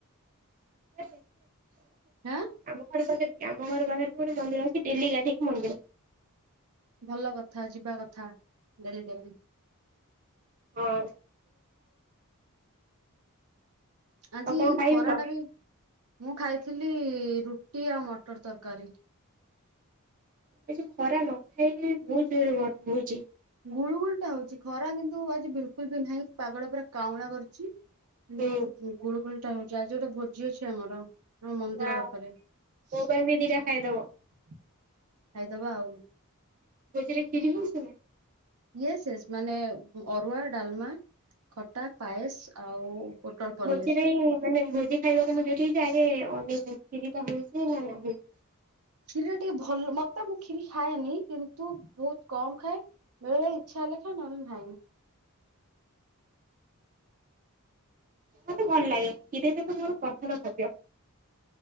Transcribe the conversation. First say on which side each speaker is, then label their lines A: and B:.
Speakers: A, on the right; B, on the right.
A: <inaudible>
B: ହାଁ
A: ଆମ ଘର ପାଖରେ ବି ଆମ ଘର ପାଖରେ ବି ଗୋଟେ ମନ୍ଦିର ଅଛି ଡେଲି ଗାଧେଇକି ମନ୍ଦିର।
B: ଭଲ କଥା ଯିବା କଥା ଡେଲି ଡେଲି।
A: ହଁ।
B: ଆଜି
A: ଆଉ କଣ ଖାଇଥିଲ?
B: ଖରା ଟା ବି ମୁଁ ଖାଇଥିଲି ରୁଟି ଆଉ ମଟର ତରକାରୀ।
A: ଏଠି ଖରା ନଥାଇ କି ବି ବହୁତ୍ ଜୋରେ ଗରମ ହେଉଛି।
B: ଗୁଳୁ ଗୁଳ ଟା ହଉଛି ଖରା କିନ୍ତୁ ଆଜି ବିଲକୁଲ ବି ନାହିଁ ପାଗ ଟା ପୁରା କାଉଁଳା କରୁଛି। କିନ୍ତୁ
A: ହୁଁ
B: ଗୁଳୁ ଗୁଳି ଟା ହଉଛି ଆଜି ଗୋଟେ ଭୋଜି ଅଛି ଆମର। ଆମ ମନ୍ଦିର
A: ନା
B: ପାଖରେ ଖାଇଦବା
A: ମୋ ପାଇଁ ବି ଦିଟା ଖାଇଦବ
B: ଆଉ।
A: କହୁଥିଲି କ୍ଷୀରି ହେଉଛି ନା?
B: ୟେସ୍ ୟେସ୍ ମାନେ ଅରୁଆ, ଡାଲମା ଖ ଖଟା ପାଏସେ ଆଉ ପୋଟଳ ପନିର
A: ଭୋଜିରେ ହିଁ ମାନେ ଭୋଜି ଖାଇବାକୁ ମୁଁ ଯଉଠିଛି ଆଗେ ଅନେକିରିଟା ହଉଛି ନା ନାହିଁ?
B: କ୍ଷୀର ଟିକେ ଭଲ ମତେ ମୁଁ କ୍ଷୀରି ଖାଏନି କିନ୍ତୁ ବହୁତ କମ ଖାଏ ବେଳେବେଳେ ଇଚ୍ଛା ହେଲେ ଖାଏ ନହେଲେ ନାହିଁ।
A: ମତେ ଭଲ ଲାଗେ କ୍ଷୀର ଗୋଟେ ପସନ୍ଦ ଖାଦ୍ୟ।